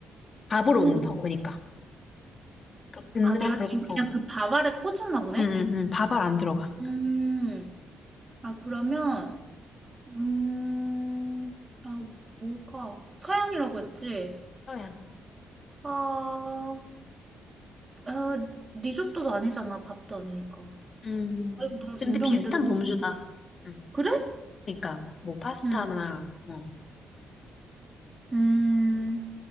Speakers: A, on the left; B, on the right.
A: 밥으로
B: 그런
A: 먹는다고.
B: 게, 없-
A: 그러니까. 그럼 든든하,
B: 아, 내가
A: 그렇,
B: 지금 그냥
A: 어.
B: 그 밥 아래 꽂혔나 보네?
A: 응, 응, 응. 밥알 안 들어가.
B: 음, 아, 그러면, 음, 아, 뭘까? 서양이라고 했지?
A: 서양.
B: 아, 아, 리조또도 아니잖아. 밥도 아니니까.
A: 음.
B: 아, 이거 너무
A: 근데
B: 젬병인데?
A: 비슷한
B: 너무
A: 범주다.
B: 못하네.
A: 응.
B: 그래?
A: 그러니까, 뭐, 파스타나,
B: 응.
A: 어.
B: 음,